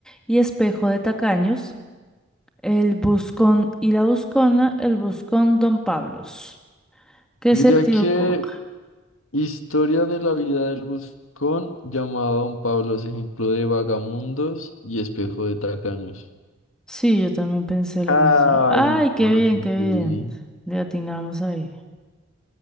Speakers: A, in the centre; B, on the left (about 75°).
A: y Espejo de Tacaños. El buscón y la buscona, el buscón Don Pablos. ¿Qué
B: Yo
A: se
B: diría
A: te
B: que
A: ocurre?
B: historia de la vida del buscón llamado Don Pablo es ejemplo de vagamundos y espejo de tacaños.
A: Sí, yo también pensé lo
B: Ay,
A: mismo. Ay, qué
B: bueno
A: bien,
B: que
A: qué
B: sí.
A: bien. Le atinamos ahí.